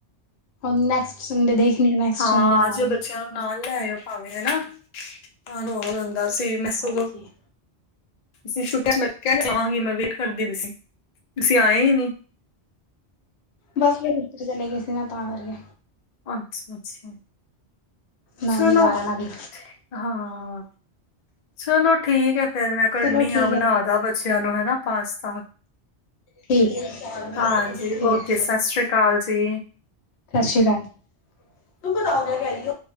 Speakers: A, on the left (about 70°); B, on the left (about 50°).
A: ਹੁਣ ਨੈਕਸਟ ਸੰਡੇ ਦੇਖਨੀ ਆ, ਨੇੈਕਸਟ
B: ਹਾਂ
A: ਸੰਡੇ ਆਵਾਂਗੀ।
B: ਜੇ ਬੱਚਿਆਂ ਨੂੰ ਨਾਲ ਲੈ ਆਇਓ ਭਾਵੇਂ, ਹਨਾ ਮਨ ਹੋਰ ਜਾਂਦਾ। ਸੇ‌ ਮੇਸੁ
A: ਹਾਂਜੀ
B: ਤੁਸੀਂ ਛੋਟਿਆ ਨੂੰ ਕਵਾਂਗੀ, ਮੈਂ ਵੇਟ ਕਰਦੀ ਪਈ ਸੀ, ਤੁਸੀਂ ਆਏ ਨੀ।
A: ਬਸ ਫਿਰ ਉੱਧਰ ਚਲੇ ਗਏ ਸੀ ਨਾ, ਤਾਂ ਕਰਕੇ।
B: ਅੱਛਾ-ਅੱਛਾ।
A: ਨਾਨੀ
B: ਚਲੋ,
A: ਘਰ ਇਹਨਾਂ ਦੀ
B: ਹਾਂ ਚਲੋ, ਠੀਕ ਹੈ ਫਿਰ ਮੈਂ ਕਰਨੀ
A: ਚਲੋ ਠੀਕ
B: ਆਂ, ਬਣਾਦਾ
A: ਹੈ ਫਿਰ
B: ਬੱਚਿਆਂ ਨੂੰ ਹਨਾ ਪਾਸਤਾ।
A: ਠੀਕ, ਠੀਕ।
B: ਹਾਂਜੀ ਓਕੇ ਸਤਿ ਸ੍ਰੀ ਅਕਾਲ ਜੀ
A: ਸਤਿ ਸ੍ਰੀ ਅਕਾਲ। ਤੂੰ ਬਦਾਮ ਲੈਕੇ ਆਈਓ?